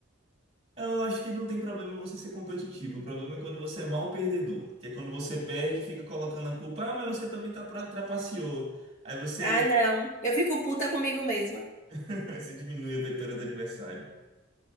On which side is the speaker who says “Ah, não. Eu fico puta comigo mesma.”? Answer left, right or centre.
Left